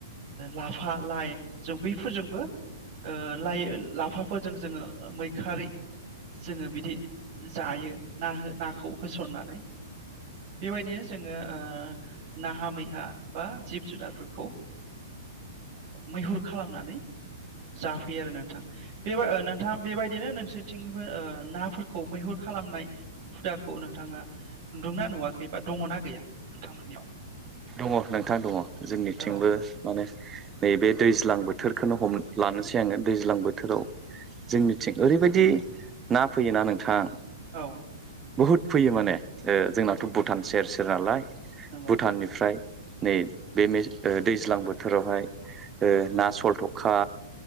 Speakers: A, on the right; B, on the right.
A: लाफा लाइ जों बैफोरजोंबो लाइ लाफाफोरजों जोङो मैखारि जोङो बिदि जायो ना नाखौ होसननानै बेबायदिनो जोङो ओ नाहा मैहा बा जिब जुनारफोरखौ मैहुर खालामनानै जाफैयो आरो नोंथां बे नोंथाङा बेबायदिनो नोंसोर थिं नाफोरखौ मैहुर खालामनाय हुदाखौ नोंथाङा नुन्दुंना नुवाखै बा दङना गैया नोंथांमोननियाव
B: दङ नोंथां दङ जोंनिथिंबो
A: औ
B: माने नैबे दैज्लां बोथोरखौनो हम लानोसै आङो दैज्लां बोथोराव जोंनिथिं ओरैबायदि ना फैयोना नोंथां
A: औ
B: बहुत फैयो माने ओ जोंनाथ'
A: नंगौ
B: भुटान सेर सेेर सो नालाय
A: नंगौ
B: भुटाननिफ्राय नै बे मे ओ दैज्लां बोथोरावहाय ओ ना सलथखा